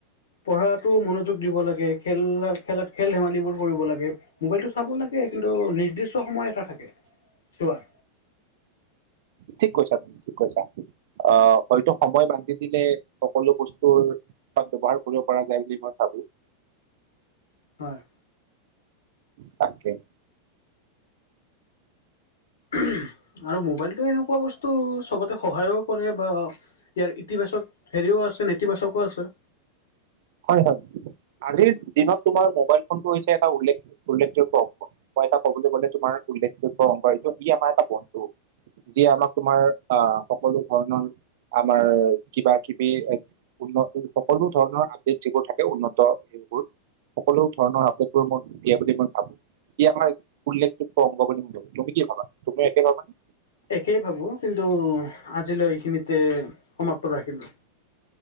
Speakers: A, on the left (about 65°); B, on the right (about 55°).
A: পঢ়াতো মনোযোগ দিব লাগে। খেল-খেলাত, খেল-ধেমালিবোৰ কৰিব লাগে। মোবাইলতটো চাব লাগে কিন্তু নিৰ্দিষ্ট সময় এটা থাকে চোৱাৰ।
B: ঠিক কৈছা, তুমি ঠিক কৈছা, আ' হয়তো সময় বান্ধি দিলে সকলো বস্তুৰ শত ব্যৱহাৰ কৰিব পৰা যায় বুলি মই ভাবো।
A: হয়।
B: তাকে,
A: উম আৰু মোবাইলটো এনেকুৱা বস্তু সবতে সহায়ও কৰে বা ইয়াৰ ইতিবাচক হেৰিও আছে, নেতিবাচকো আছে।
B: হয়-হয়, আজিৰ দিনত তোমাৰ মোবাইল ফোনটো হৈছে এটা উল্লেখ-উল্লেখযোগ্য অংশ। মই এটা কবলৈ গলে। তোমাৰ উল্লেখযোগ্য অংশটো ই আমাৰ এটা বন্ধু, যিয়ে আমাক তোমাৰ আ' সকলো ধৰণৰ আমাৰ কিবা-কিবি উন্ন সকলো ধৰণৰ যিবোৰ থাকে উন্নত সেইবোৰ সকলো ধৰণৰ আপডেটবোৰ মই দিয়া বুলি মই ভাবো। ই আমাৰ উল্লেখযোগ্য অংগ বুলি মই ভাবো, তুমি কি ভাবা, তুমি একেভাবা মানে?
A: একেই ভাবো কিন্তু আজিলৈ এইখিনিতে সমাপ্ত ৰাখিলো।